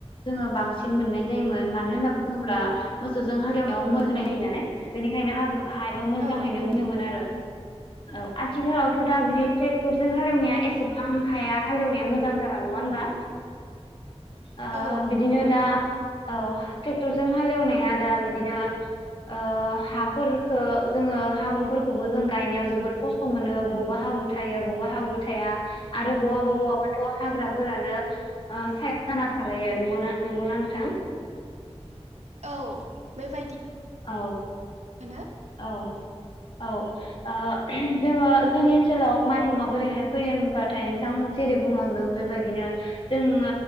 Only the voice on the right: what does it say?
औ
औ
औ
औ बेबायदि
मोनो